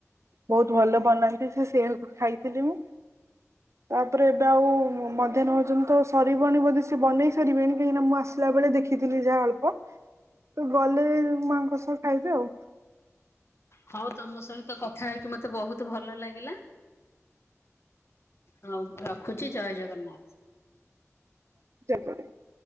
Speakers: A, on the right; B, on the left.
A: ବହୁତ ଭଲ ବନାନ୍ତି ସେ ସେଇଆକୁ ଖାଇଥିଲି ମୁଁ। ତାପରେ ଏବେ ଆଉ ମଧ୍ୟାହ୍ନ ଭୋଜନ ତ ସରିବଣି ବୋଧେ ସେ ବନେଇ ସାରିବେଣି କାହିଁକି ନା ମୁଁ ଆସି ଆସିଲା ବେଳେ ଦେଖିଥିଲି ଯାହା ଅଳ୍ପ ତ ଗଲେ ମାଆ ଙ୍କ ସହ ଖାଇବି ଆଉ।
B: ହଉ ତମ ସହିତ କଥା ହେଇକି ମତେ ବହୁତ ଭଲ ଲାଗିଲା। ହଉ ରଖୁଛି ଜୟ ଜଗନ୍ନାଥ।
A: <unintelligible>